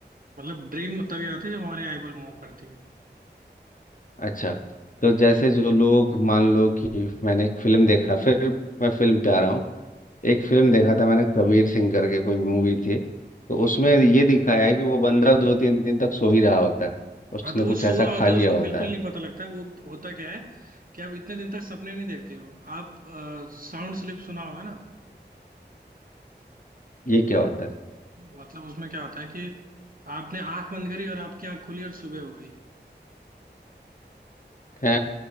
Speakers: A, on the right; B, on the left.
A: मतलब ड्रीम तभी आती है जब हमारी आईबॉल मूव करती है
B: अच्छा तो जैसे जो लोग मान लो कि मैंने एक फिल्म देखा फिर मैं फिल्म पे आ रहा हूँ एक फिल्म देखा था मैंने कबीर सिंह करके कोई मूवी थी तो उसमें
A: हम्म
B: ये दिखाया है कि वो बंदा दो तीन दिन तक सो ही रहा होता है उसने
A: हाँ तो
B: कुछ
A: वो सो
B: ऐसा
A: रहा
B: खा
A: होता
B: लिया
A: है उसको
B: होता
A: बिल्कुल
B: है
A: नहीं पता लगता है वो होता क्या है कि आप इतने दिन तक सपने नहीं देखते हो आप साउंड स्लिप सुना होगा ना
B: ये क्या होता है
A: मतलब उसमें क्या होता है कि आपने आंख बंद करी और आपकी आंख खुली और सुबह हो गई
B: है